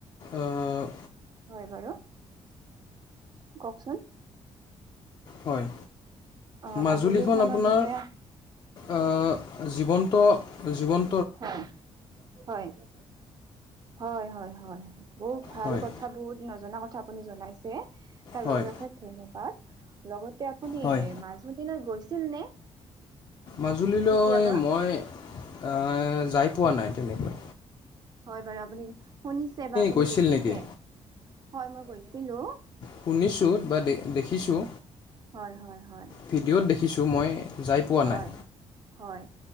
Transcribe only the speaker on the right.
হয় বাৰু, কওকচোন?
অ
মাজুলীখনৰ
বিষয়ে
হয়, হয়, হয়, হয়, হয়, হয়, বহুত ভাল
কথ থা বহুত নজনা কথা আপুনি জনাইছে, তাৰ
বাবে অশেষ ধন্যবাদ। লগতে আপুনি
মাজুলীলে গৈছিল নে?
কেতিয়াবা?
হয় বাৰু আপুনি শুনিছে বা আপুনি
দেখিছে?
হয় মই গৈছিলো।
হয়-হয়-হয়।
হয়।
হয়,